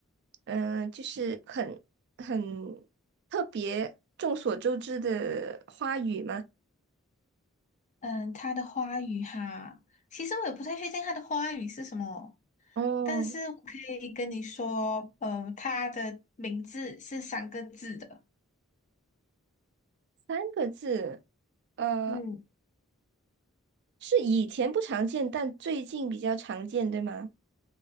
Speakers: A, on the right; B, on the left.
A: 呃，就是很很特别、众所周知的花语吗？
B: 嗯，它的花语哈，其实我也不太确定它的花语是什么，
A: 哦，
B: 但是我可以跟你说，嗯，它的名字是三个字的。
A: 三个字，呃，
B: 嗯，
A: 是以前不常见，但最近比较常见，对吗？